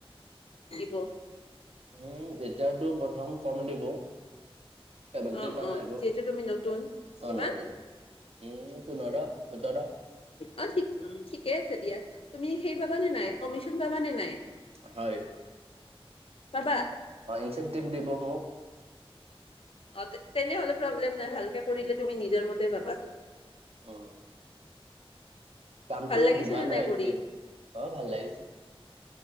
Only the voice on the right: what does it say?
উম এতিয়াতো প্ৰথম কম দিব- চেভেনটিন
মান
আহিব
অ' নতুন। উম পোন্ধৰ সোতৰ
উম,
হয়-
ইনচেণ্টিভ ডিব মোক
অ- কামটো
হিমালয়
অ ভাল লাগিছে-